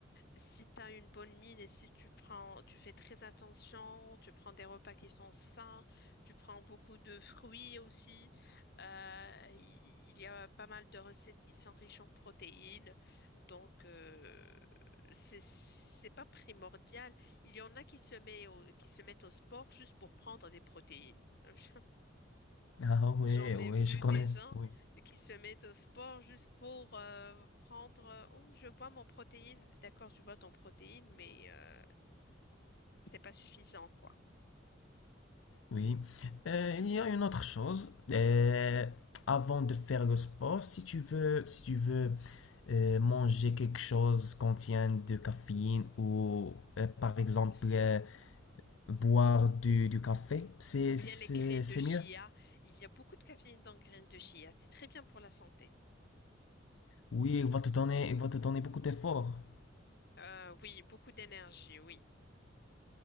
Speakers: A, on the left (about 55°); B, on the left (about 80°).
A: Si tu as une bonne mine et si tu prends, tu fais très attention, tu prends des repas qui sont sains, tu prends beaucoup de fruits aussi. euh, il il y a pas mal de recettes qui sont riches en protéines. Donc, euh, c'est, c'est pas primordial. Il y en a qui se met au- qui se mettent au sport juste pour prendre des protéines. <laughs>
B: Ah oui,
A: J'en ai
B: oui,
A: vu
B: je connais.
A: des gens
B: Oui.
A: qui se mettent au sport juste pour euh, prendre, euh, oh, je bois mon protéine. D'accord, tu bois ton protéine, mais euh, c'est pas suffisant, quoi.
B: Oui. Euh, il y a une autre chose. Euh,
A: Hmm.
B: avant de faire le sport, si tu veux, si tu veux euh, manger quelque chose qui contient de caféine ou euh, par exemple
A: C'est-
B: euh, Boire du, du café, c'est,
A: Ou bien
B: c'est,
A: les graines
B: c'est
A: de chia.
B: mieux.
A: Il y a beaucoup de caféine dans les graines de chia. C'est très bien pour la santé.
B: Oui, il va te donner, il va te donner beaucoup d'efforts.
A: Euh, oui, beaucoup d'énergie, oui.